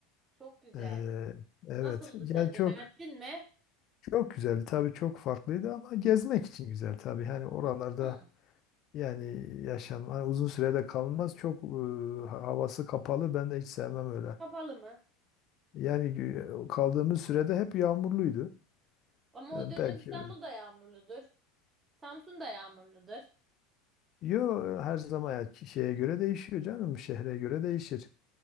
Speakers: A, on the right; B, on the left.
A: çok güzel.
B: Ee, evet.
A: Nasıldı
B: Yani
A: sence?
B: çok
A: Beğendin mi?
B: çok güzeldi. Tabii çok farklıydı ama gezmek için güzel tabii. Hani oralarda
A: Hı.
B: yani yaşam hani uzun sürede kalmaz. Çok e, havası kapalı. Ben de hiç sevmem öyle.
A: Kapalı mı?
B: Yani e, kaldığımız sürede hep yağmurluydu.
A: Ama o
B: E,
A: dönem
B: belki
A: İstanbul'da
B: öyle.
A: yağmurludur. Samsun'da yağmurludur.
B: Yo her zaman ya ki- şeye göre değişiyor canım şehre göre değişir.